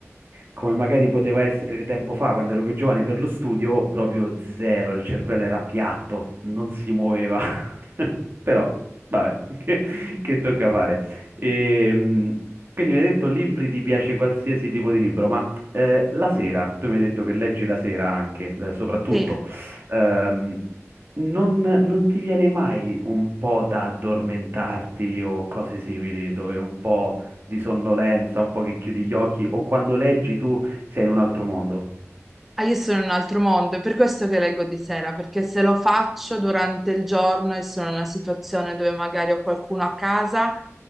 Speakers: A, on the right; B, in the centre.
A: come magari poteva essere tempo fa, quando ero più giovane, per lo studio, proprio zero, il cervello era piatto, non si muoveva. <laughs> Però, vabbè, <laughs> che, che tocca fare. Ehm, quindi mi hai detto libri, ti piace qualsiasi tipo di libro, ma eh, la sera, tu mi hai detto che leggi la sera anche, eh, soprattutto
B: Sì,
A: ehm, non, non ti viene mai un po' da addormentarti o cose simili, dove un po' di sonnolenza, un po' che chiudi gli occhi, o quando leggi tu sei in un altro mondo?
B: Ah, io sono in un altro mondo, è per questo che leggo di sera, perché se lo faccio durante il giorno e sono in una situazione dove magari ho qualcuno a casa